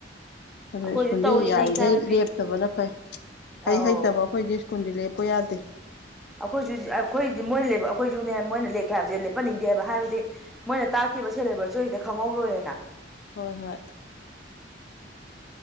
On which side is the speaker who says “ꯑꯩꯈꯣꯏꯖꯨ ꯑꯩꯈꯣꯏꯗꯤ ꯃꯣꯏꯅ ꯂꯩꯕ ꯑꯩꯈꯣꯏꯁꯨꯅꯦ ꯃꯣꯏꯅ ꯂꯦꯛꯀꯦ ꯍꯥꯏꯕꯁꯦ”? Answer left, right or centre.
Centre